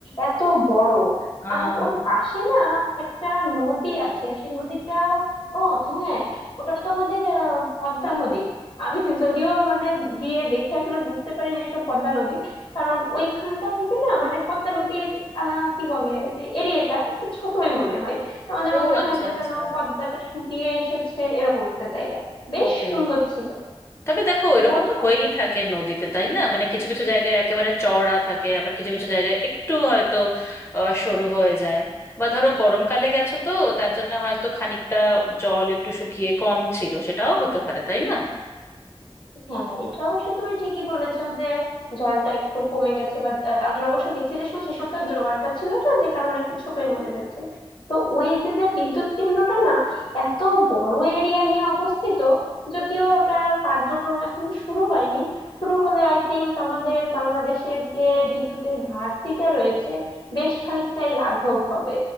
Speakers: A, on the left; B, on the left.
A: এত বড়
B: আহ
A: আর ওর পাশে না একটা নদী আছে সেই নদীটা ও হ্যাঁ ওটা তো আমাদের আহ, পদ্মা নদী আমি যদিও মানে গিয়ে দেখে আসলে বুঝতে পারিনি এটা পদ্মা নদী কারণ ওইখানটা থেকে না মানে পদ্মা নদীর আহ কি বলে যে এরিয়াটা একটু ছোটই মনে হয় তেমন যেন
B: ও
A: মনে
B: আচ্ছা
A: হয় যে
B: আচ্ছা
A: যেন পদ্মাটা শুকিয়ে এসেছে এরকম একটা জায়গা বেশ
B: ও
A: সুন্দর ছিল
B: তবে দেখো এরকম
A: ওর
B: তো হয়েই থাকে নদীতে তাই না মানে কিছু কিছু জায়গায় একেবারে চওড়া থাকে আবার কিছু কিছু জায়গায় একটু হয়তো আহ, সরু হয়ে যায় বা ধরো গরমকালে গেছো তো তার জন্য হয়তো খানিকটা জল একটু শুকিয়ে কম ছিল সেটাও হতে পারে তাই না
A: হ্যাঁ হ্যাঁ এটা অবশ্য তুমি ঠিকই বলেছো যে জলটা একটু কমে গেছে বা আহ, আমরা অবশ্য গেছি যে সময় সে সময় তো আর জোয়ারটা ছিল না যে কারণে একটু ছোটই মনে হয়েছে তো ওই যে যে বিদ্যুৎ কেন্দ্রটা না এত বড় এরিয়া নিয়ে অবস্থিত যদিও ওটার কার্যক্রম এখনো শুরু হয়নি শুরু হলে আই থিংক আমাদের বাংলাদেশের যে বিদ্যুতের ঘাটতিটা রয়েছে বেশ খানিকটাই লাঘব হবে